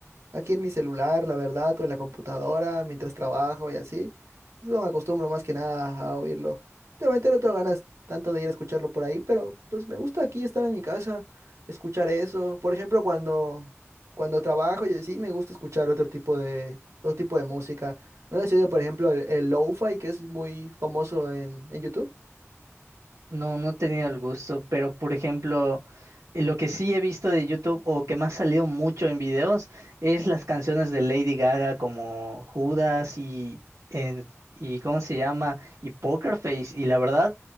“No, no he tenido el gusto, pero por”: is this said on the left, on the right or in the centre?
Right